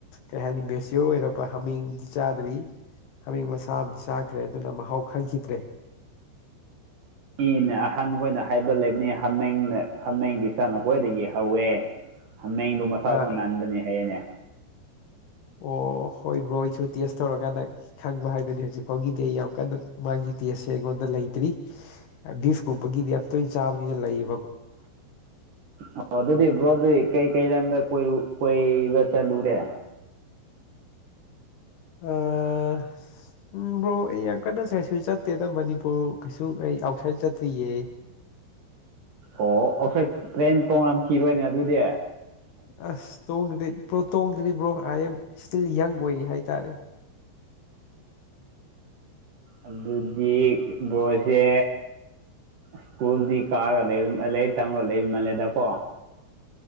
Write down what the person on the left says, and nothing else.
ꯀꯩ ꯍꯥꯏꯅꯤ ꯃꯦꯆꯤꯌꯣꯔ ꯑꯣꯏꯔꯕ ꯍꯥꯃꯦꯡꯗꯤ ꯆꯥꯗ꯭ꯔꯤ ꯍꯥꯃꯦꯡ ꯃꯆꯥ ꯑꯃꯗꯤ ꯆꯥꯈ꯭ꯔꯦ ꯑꯗꯨꯅ ꯃꯍꯥꯎ ꯈꯪꯈꯤꯗ꯭ꯔꯦ
ꯑꯥ
ꯑꯣ ꯍꯣꯏ ꯕ꯭ꯔꯣ ꯑꯩꯁꯨ ꯇꯦꯁ ꯇꯧꯔꯒ ꯀꯥꯟꯗ ꯈꯪꯕ ꯍꯥꯏꯗꯨꯅꯦ ꯍꯧꯖꯤꯛ ꯐꯥꯎꯒꯤꯗꯤ ꯑꯩ ꯌꯥꯝ ꯀꯟꯅ ꯃꯥꯒꯤ ꯇꯦꯁꯁꯦ ꯑꯩꯉꯣꯔꯟꯗ ꯂꯩꯇ꯭ꯔꯤ ꯕꯤꯐ ꯀꯨꯝꯕꯒꯤꯗꯤ ꯌꯥꯝ ꯇꯣꯏꯅ ꯆꯥꯕ ꯃꯤꯖꯨ ꯂꯩꯌꯦ
ꯑꯥ ꯎꯝ ꯕ꯭ꯔꯣ ꯑꯩ ꯌꯥꯝ ꯀꯟꯅ ꯀꯩꯁꯨ ꯆꯠꯇꯦꯗ ꯃꯅꯤꯄꯨꯔ ꯀꯩꯁꯨ ꯑꯩ ꯑꯥꯎꯠꯁꯥꯏꯠ ꯆꯠꯇ꯭ꯔꯤꯌꯦ
ꯑꯁ ꯇꯣꯡꯗ꯭ꯔꯤ ꯇꯣꯡꯗ꯭ꯔꯤ ꯕ꯭ꯔꯣ ꯑꯥꯏ ꯑꯦꯝ ꯏꯁꯇꯤꯜ ꯌꯪ ꯑꯣꯏꯔꯤ ꯍꯥꯏꯇꯥꯔꯦ